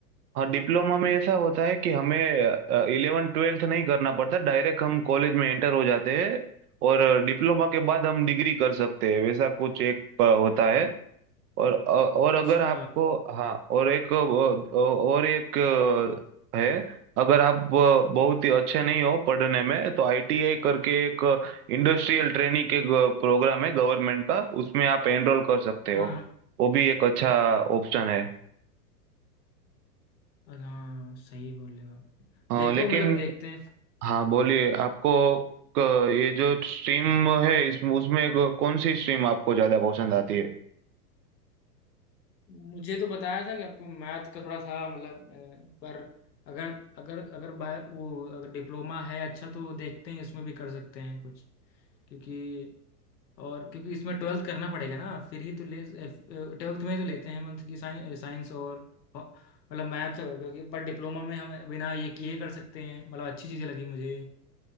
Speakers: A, on the right (about 65°); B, on the left (about 85°).
A: हाँ डिप्लोमा में ऐसा होता है कि हमें इलेवन ट्वेल्थ नहीं करना पड़ता डायरेक्ट हम कॉलेज में एंटर हो जाते हैं और डिप्लोमा के बाद हम डिग्री कर सकते हैं वैसा कुछ एक अ, होता है और अ, और अगर
B: अच्छा
A: आपको हाँ और एक अ, और एक अ, है अगर आप अ, बहुत ही अच्छे नहीं हो पढ़ने में तो आईटीआई करके एक इंडस्ट्रियल ट्रेनिंग के प्रोग्राम है गवर्नमेंट का उसमें आप एनरोल कर सकते हो
B: हाँ
A: वो भी एक अच्छा ऑप्शन है
B: हाँ सही बोल रहे हो आप।
A: अ,
B: देखो
A: लेकिन
B: मतलब देखते हैं
A: हाँ बोलिए आपको क- ये जो स्ट्रीम है इस उसमें क- कौन सी स्ट्रीम आपको ज्यादा पसंद आती है
B: मुझे तो बताया था कि आपको मैथ का थोड़ा था मतलब अ, पर अगर अगर अगर बाय वो अगर डिप्लोमा है अच्छा तो देखते हैं इसमें भी कर सकते हैं कुछ क्योंकि और क्योंकि इसमें ट्वेल्थ करना पड़ेगा ना फिर ही तो ले ट्वेल्थ में ही तो लेते हैं मंथ की साइंस साइंस और फ- मतलब मैथ क्योंकि बट डिप्लोमा में हम बिना ये किए कर सकते हैं मतलब अच्छी चीज़ें लगी मुझे